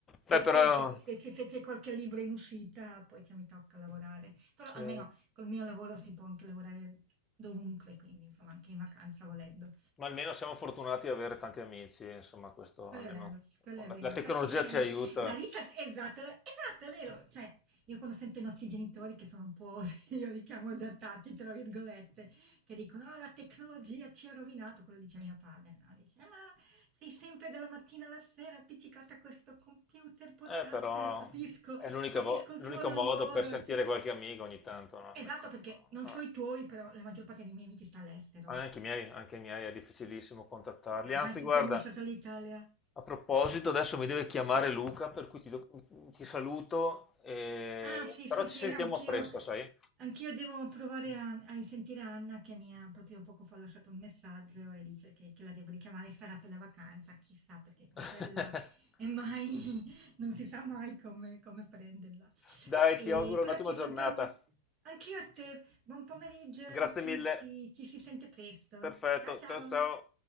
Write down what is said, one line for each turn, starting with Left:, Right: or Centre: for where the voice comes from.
Left: Beh,
Right: se
Left: però...
Right: se esce se se se c'è qualche libro in uscita poi cioè mi tocca lavorare. Però
Left: sì.
Right: almeno col mio lavoro si può anche lavorare dovunque, quindi insomma anche in vacanza volendo.
Left: Ma almeno siamo fortunati ad avere tanti amici, insomma, questo
Right: Quello
Left: almeno
Right: è vero, quello è
Left: la,
Right: vero,
Left: la tecnologia
Right: perché c'è
Left: ci aiuta.
Right: la vita, esatto, esatto, è vero, cioè io quando sento i nostri genitori che sono un po', <laughs> io li chiamo adattati, tra virgolette, che dicono, ah, la tecnologia ci ha rovinato, quello dice mio padre, no? Dice, ah, sei sempre dalla mattina alla sera appiccicata a questo computer portatile,
Left: Eh, però
Right: capisco,
Left: è l'unica
Right: capisco
Left: vo-
Right: il
Left: l'unico
Right: tuo lavoro.
Left: modo per sentire
Right: e tu-
Left: qualche amico ogni tanto, no?
Right: Esatto,
Left: Almeno-
Right: perché non
Left: eh,
Right: so i tuoi, però la maggior parte dei miei amici sta all'estero,
Left: Anche
Right: cioè,
Left: i miei, anche i miei è difficilissimo contattarli.
Right: cioè,
Left: Anzi,
Right: ormai tutti
Left: guarda,
Right: hanno lasciato l'Italia.
Left: a proposito, adesso mi deve chiamare Luca, per cui ti, do- ti saluto, e-
Right: Ah sì,
Left: però
Right: sì,
Left: ci
Right: sì,
Left: sentiamo
Right: anch'io
Left: presto, sai?
Right: anch'io devo provare a a risentire Anna che mi ha proprio poco fa lasciato un messaggio e dice che che la devo richiamare, sarà per la vacanza, chissà, perché con
Left: <laughs>
Right: quella è mai <laughs> non si sa mai come come prenderla.
Left: Dai,
Right: Ehm,
Left: ti auguro
Right: però
Left: un'ottima
Right: ci
Left: giornata.
Right: sentiamo anch'io a te, buon pomeriggio
Left: Grazie
Right: e ci
Left: mille.
Right: si ci si sente presto.
Left: Perfetto,
Right: Ciao, ciao.
Left: ciao ciao.